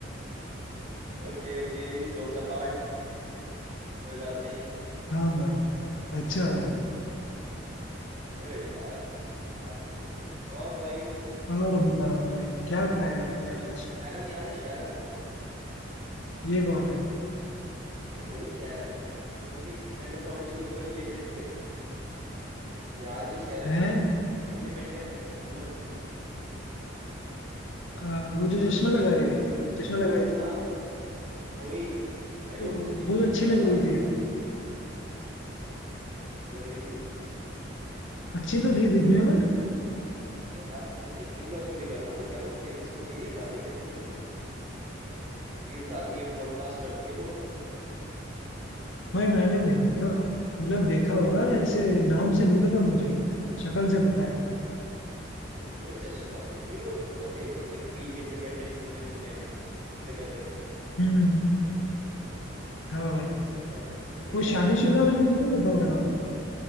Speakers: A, on the right; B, on the left.
A: ओके ओके जोक्स अपार्ट कोई बात नहीं
B: हाँ भाई अच्छा भाई
A: अरे यार काफी सही है और भाई हम्म,
B: और बताओ भाई क्या खाया आपने
A: और तुम्हें
B: आज
A: शेरन याद है शेरन
B: ये कौन है
A: अरे वही शेरन जो अपनी स्टैंड अप कॉमेडी शुरू करके लिटरेट से बिहार की शेरन
B: हैं
A: वीक इंडिपेंडेंट वुमन
B: अ, वो जो चश्मा लगा रही थी चश्मा लगाई
A: हाँ
B: थी मतलब
A: हाँ वही भाई वो
B: वो
A: उसकी पॉडकास्ट
B: वो जो अच्छी लग
A: आते
B: रही
A: हैं
B: थी
A: अब तो अच्छी लग रही थी
B: अच्छी तो थी दिखने में
A: अरे आ- मैं देखने की बात थोड़ी कर रहा हूँ मैं कह रहा हूँ फेमस हो गई है भाई देखो कितनी कब रील्स आती हैं पॉडकास्ट करती है वो
B: भाई मैंने नहीं देखा मतलब देखा होगा ऐसे नाम से नहीं पता मुझे शक्ल से पता है
A: हम्म, वही चश्मे वाली थी वो तो पता ही होगा ना लाइक वीक इंडिपेंडेंट वुमेन हूँ मैं ऐसे कर करके
B: हम्म हाँ भाई
A: बढ़िया है भाई बढ़िया
B: वो शादीशुदा
A: है यार बढ़िया
B: वाली
A: है
B: तो नहीं बता रहा हो?